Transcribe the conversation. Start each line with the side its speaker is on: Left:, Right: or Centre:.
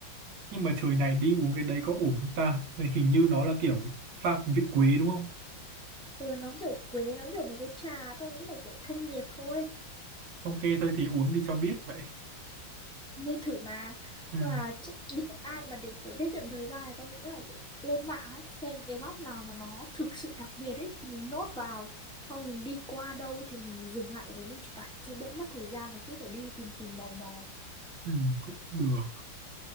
Right: nhưng mà trời này đi uống cái đấy có ổn không ta Đây hình như nó là kiểu pha vị quý đúng không
Centre: ừ, nó kiểu quế nó kiểu mấy cái trà tao nghĩ là kiểu thanh nhiệt thôi
Right: ok thôi thì uống đi cho biết vậy
Centre: nên thử mà
Right: ừ,
Centre: và chắc đi Hội An mà để kiểu tiết kiệm thời gian này tao nghĩ là kiểu lên mạng ấy xem những cái góc nào mà nó thực sự đặc biệt ấy thì mình nốt vào xong mình đi qua đâu thì mình dừng lại ở đấy mình chụp ảnh cho đỡ mất thời gian là cứ phải đi tìm tìm mò mò
Right: ừ, cũng được